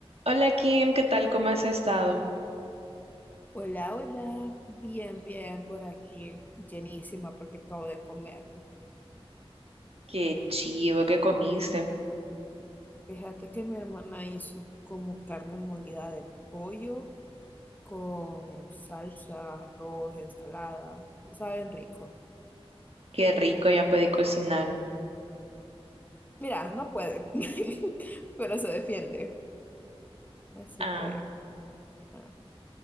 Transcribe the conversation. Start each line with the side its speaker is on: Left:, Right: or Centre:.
Right: Hola Kim, ¿qué tal? ¿Cómo has estado?
Left: Hola, hola, bien, bien por aquí, llenísima porque acabo de comer.
Right: Qué chivo, qué comiste.
Left: Fíjate que mi hermana hizo como carne molida de pollo con salsa, arroz, ensalada. Saben rico.
Right: Qué rico, ya puede cocinar.
Left: Mira, no puede, <laughs> pero se defiende. Así
Right: Ah,
Left: que, ah.